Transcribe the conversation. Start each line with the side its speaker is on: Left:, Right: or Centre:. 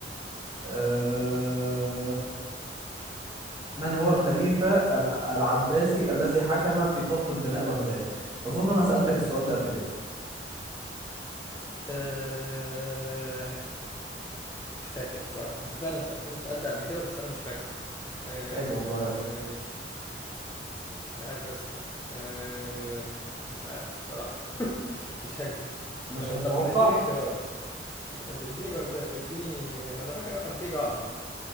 Right: أه... من هو الخليفه الح... العباسي الذي حكم في فتره بناء بغداد اظن انا سالتك السؤال ده قبل كده
Left: أه... مش فاكر بصراحة أنت فعلا سألتني السؤال ده قبل كده بس أنا مش فاكره أه...
Right: عيب والله يا اسطى
Left: مش عارف يا اسطى أه... مش عارف بصراحة <laughs> مش هكدب
Right: مش
Left: أه...
Right: هتتوقع
Left: طب ما تديني اختيارات اديني بغداد اديني أنا فاكر أه كان فيه جعفر